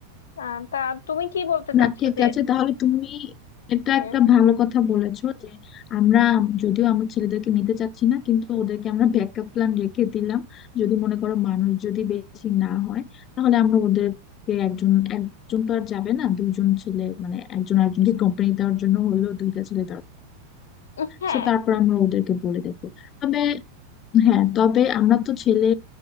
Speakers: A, on the left; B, on the left.
A: আহ, তা তুমি কি বলতে
B: না
A: চাচ্ছো
B: ঠিক
A: যে
B: আছে তাহলে তুমি এটা
A: হ্যাঁ
B: একটা ভালো কথা বলেছো যে আমরা যদিও আমার ছেলেদেরকে নিতে চাচ্ছি না কিন্তু ওদেরকে আমরা ব্যাকআপ প্ল্যান রেখে দিলাম যদি মনে করো মানুষ যদি বেশি না হয় তাহলে আমরা ওদেরকে একজন একজন তো আর যাবে না দুইজন ছেলে মানে একজন আরেকজনকে কোম্পানি দেওয়ার জন্য হলেও দুইটা ছেলে দরকার
A: উম, হ্যাঁ
B: তো তারপর আমরা ওদেরকে বলে দেবো তবে হ্যাঁ তবে আমরা তো ছেলে